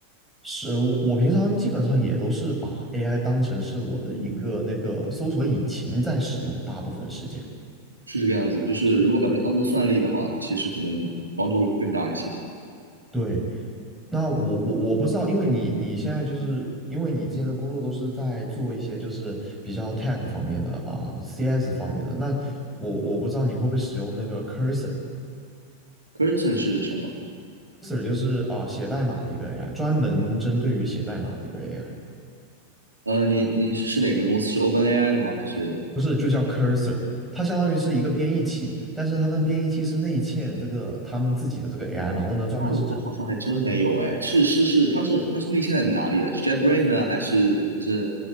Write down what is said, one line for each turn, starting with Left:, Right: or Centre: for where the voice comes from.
Centre: 是我我平常基本上也都是把 AI 当成是我的一个那个搜索引擎在使用，
Right: 嗯，
Centre: 大部分时间。
Right: 是这个样子，就是如果把它当做算力的话，
Centre: 是的。
Right: 其实可能帮助会更大一些。
Centre: 对，那我我我不知道，因为你你现在就是因为你之前的工作都是在做一些就是比较 tech 方面的啊、CS 方面的，那我我不知道你会不会使用那个 Cursor，Cursor
Right: c u r s o n 是什么？
Centre: 就是啊、写代码的一个 AI，专门针对于写代码的一个 AI。
Right: 呃，你你是是哪个公司？是 OpenAI 的吗？还是？
Centre: 不是，就叫 cursor，它相当于是一个编译器，但是它那个编译器是内嵌这个他们自己的这个 AI，然后呢，专门是针
Right: 那我好像还真没有哎，是是是，他是他是内嵌在哪里的？是 JetBrains 呢，还是还是